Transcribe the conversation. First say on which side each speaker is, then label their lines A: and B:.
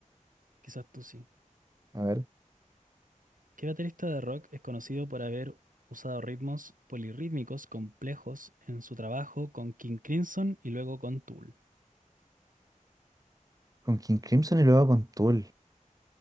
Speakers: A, on the right (about 75°); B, on the right (about 25°).
A: quizás tú sí.
B: A ver,
A: ¿Qué baterista de rock es conocido por haber usado ritmos polirrítmicos complejos en su trabajo con King Crimson y luego con Tool?
B: con King Crimson y luego con Tool.